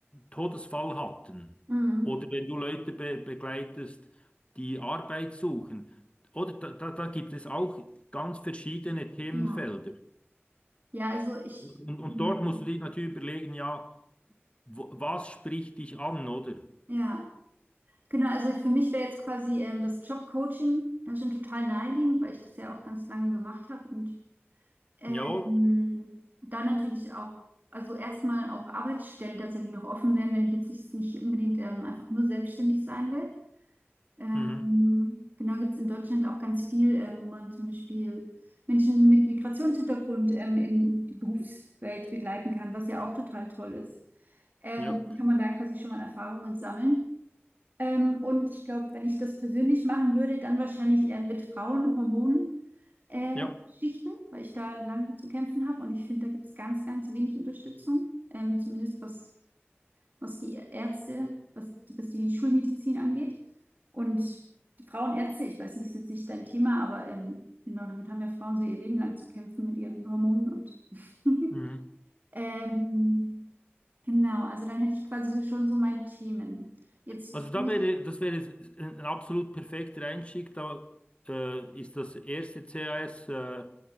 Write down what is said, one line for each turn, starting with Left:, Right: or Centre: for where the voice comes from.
Left: Todesfall hatten
Right: mm. mm.
Left: oder wenn du Leute be begleitest, die Arbeit suchen, oder da, da, da gibt es auch ganz verschiedene Themenfelder.
Right: Ja, ja, also ich,
Left: Und, und
Right: ähm,
Left: dort musst du dich natürlich überlegen, ja, wo, was spricht dich an, oder?
Right: ja, genau, also ich, für mich wäre jetzt quasi ähm, das Jobcoaching das ist schon total naheliegend, weil ich das ja auch ganz lange gemacht habe und ähm,
Left: Jawohl.
Right: da natürlich auch, also erstmal auch Arbeitsstellen tatsächlich noch offen wären, wenn ich jetzt nicht, nicht unbedingt ähm, einfach nur selbstständig sein will. Ähm,
Left: Mhm.
Right: genau, gibt es in Deutschland auch ganz viel, ähm, wo man zum Beispiel Menschen mit Migrationshintergrund ähm, in die Berufswelt begleiten kann, was ja auch total toll ist. Ähm,
Left: Ja,
Right: kann man da quasi schon mal Erfahrungen sammeln. Ähm, und ich glaube, wenn ich das persönlich machen würde, dann wahrscheinlich eher mit Frauenhormonen, äh,
Left: ja.
Right: Schichten, weil ich da lang zu kämpfen habe. Und ich finde, da gibt es ganz, ganz wenig Unterstützung, ähm, zumindest was, was die Ärzte, was, die- was die Schulmedizin angeht. Und die Frauenärzte, ich weiß nicht, ist jetzt nicht dein Thema, aber ähm, genau, damit haben ja Frauen so ihr Leben lang zu kämpfen mit ihren Hormonen und <laughs>
Left: Mhm.
Right: Ähm, genau, also dann hätte ich quasi so schon so meine Themen. Jetzt
Left: Also da
Right: bin ich.
Left: wäre, das wäre ein absolut perfekter Einstieg. Da äh, ist das erste CAS äh,